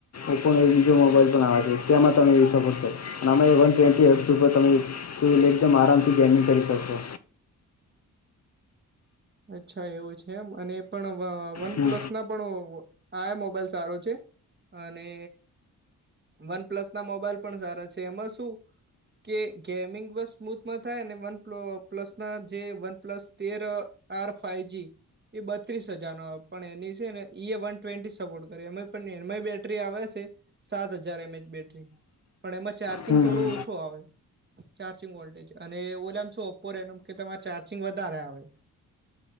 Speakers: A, on the left; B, on the right.
A: ઓપ્પોનો એક બીજો મોબાઈલ પણ આવે છે તેમાં તમે એ સપોર્ટ થઇ અને આમા એ વન ટ્વેન્ટી હટ્સ ઉપર તમે ફ્રીલ એકદમ આરામથી ગેમિંગ કરી શકશો.
B: અચ્છા એવું છે એમ અને એ પણ વ વનપ્લસના
A: હમ
B: પણ આએ મોબાઈલ સારો છે અને વન પ્લસના મોબાઈલ પણ સારા છે એમાં શું કે ગેમિંગ બસ સ્મૂથમાં થાય અને વન પ્લ પ્લસના જે વનપ્લસ તેર આર ફાઈજી ઈ બત્રીસ હજારનો આવે. પણ એની છે ને ઈએ વન ટ્વેન્ટી સપોર્ટ કરે એમાં પણ એમાં બેટરી આવે છે. સાત હજાર એમએચ બેટરી પણ એમાં ચાર્જિંગ
A: હમ
B: થોડો
A: હમ
B: ઓછું આવે. ચાર્જિંગ વોલ્ટેજ અને ઓલામાં શું ઓપો રેનવ કે તમારે ચાર્જિંગ વધારે આવે.